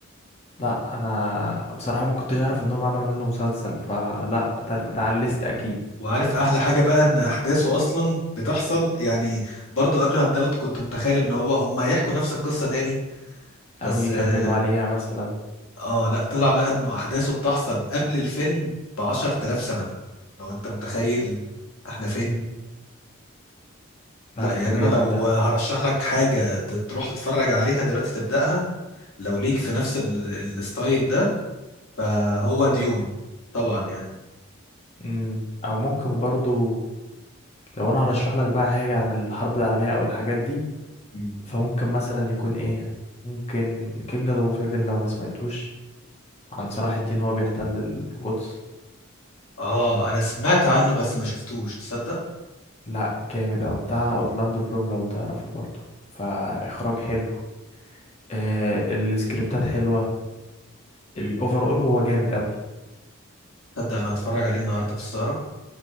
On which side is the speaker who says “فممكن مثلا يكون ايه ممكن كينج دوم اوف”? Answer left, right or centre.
Left